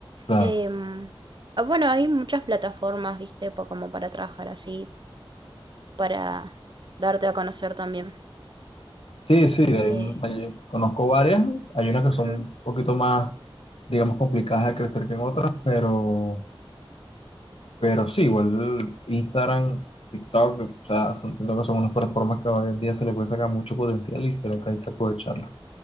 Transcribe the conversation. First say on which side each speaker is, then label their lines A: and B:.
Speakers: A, on the left; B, on the right.
A: Claro.
B: Em, ah, bueno, hay muchas plataformas, viste, po- como para trabajar así, para darte a conocer también.
A: Sí, sí, hay
B: Eh,
A: un- hay- conozco varias. Hay unas que son
B: ujú.
A: un poquito más, digamos, complicadas de crecer que en otras, pero, pero sí, igual Instagram, TikTok, o sea, son, siento que son unas plataformas que hoy en día se le puede sacar mucho potencial y creo que hay que aprovecharlas.